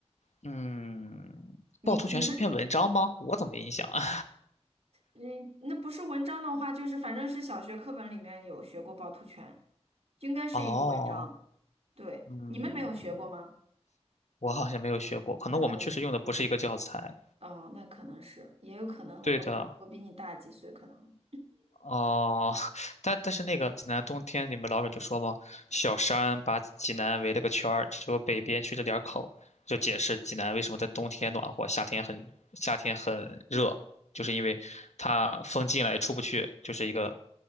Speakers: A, on the left (about 80°); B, on the right (about 65°).
A: 嗯，
B: 你你们。
A: 趵突泉是篇文章吗？我怎么没印象啊？
B: 嗯，那不是文章的话，就是反正是小学课本里面有学过趵突泉，应该是一个文章。
A: <laughs> 哦，
B: 对，
A: 嗯，
B: 你们没有学过吗？
A: 我好像没有学过，可能我们确实用的不是一个教材。
B: 那可能，哦，那可能是，也有可能我我比你大几岁，
A: 对的，
B: 可能。
A: 哦，<laughs> 但但是那个济南冬天你们老舍就说嘛，小山把济南围了个圈儿，只有北边缺了点儿口，就解释济南为什么在冬天暖和，夏天很夏天很热，就是因为它风进来出不去，就是一个